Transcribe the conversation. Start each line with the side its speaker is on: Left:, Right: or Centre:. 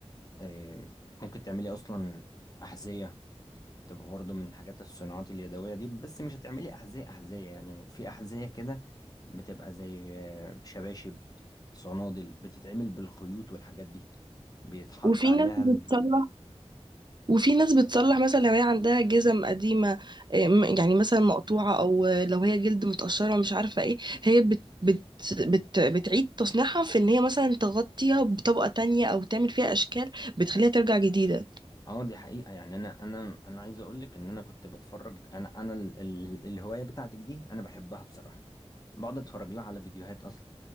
Left: اه، ممكن تعملي اصلا احذية تبقى برضو من حاجات الصناعات اليدوية دي بس مش هتعملي احذية احذية يعني في احذية كده بتبقى زي اه، شباشب صنادل بتتعمل بالخيوط والحاجات دي بيتحط
Right: وفي
Left: عليها
Right: ناس بتصلح وفي ناس بتصلح مثلا لو هي عندها جزم قديمه إيه، م- يعني مثلا مقطوعه او لو هي جلد متقشره مش عارفه ايه هي بت بت بت بتعيد تصنيعها في ان هي مثلا تغطيها بطبقه تانية او تعمل فيها اشكال بتخليها ترجع جديده
Left: اه دي حقيقة يعني انا انا انا عايز اقول لك ان انا كنت بتفرج انا انا ال ال الهواية بتاعتك دي انا بحبها بصراحة بقعد اتفرج لها على فيديوهات اصلا